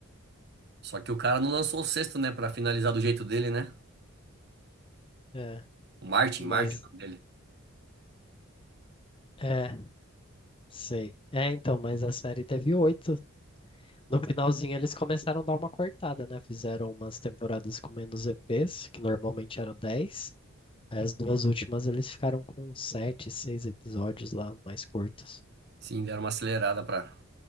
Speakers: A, on the right; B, on the left.
A: Só que o cara não lançou o sexto, né? Pra finalizar do jeito dele, né?
B: É,
A: O Martin,
B: mas.
A: Martin, o nome dele.
B: É, sei. É, então, mas a série teve oito No finalzinho eles começaram a dar uma cortada, né? Fizeram umas temporadas com menos EPs, que normalmente eram 10. Aí As duas últimas eles ficaram com 7, 6 episódios lá, mais curtos.
A: Sim, deram uma acelerada pra,